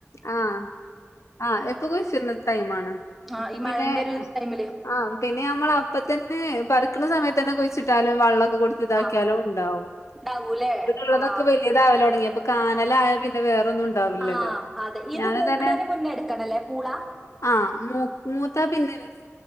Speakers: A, on the left; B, in the centre.
A: ആഹ് ആഹ് ഇപ്പ കുഴിച്ച്ട്ണ ടൈമാണ്.
B: ആ
A: ഇപ്പ
B: ഈ
A: പിന്നെ
B: മഴന്റെ ഒരു ടൈമില്
A: ആം പിന്നെ നമ്മെളപ്പത്തന്നെ പറിക്ക്ണ സമയത്തന്നെ കുഴിച്ചിട്ടാലും വള്ളൊക്കെ കൊടി ഇതാക്കിയാലും
B: ആ
A: ഉണ്ടാവും.
B: ഉണ്ടാവൂലേ
A: ഇവടള്ളതെക്കെ
B: ആ
A: ക്ക് വെയി ഇതാവലോടങ്ങി അപ്പൊ കാനലായപ്പിന്നെ വേറൊന്നും ഉണ്ടാവില്ലല്ലോ.
B: ആ അതെ ഇത്
A: ഞാന്
B: മൂക്ക്ണേന്
A: തന്നെ
B: മുന്നെയെടുക്കണല്ലേ പൂള.
A: ആഹ് മൂ മൂത്താ പിന്നെ രസ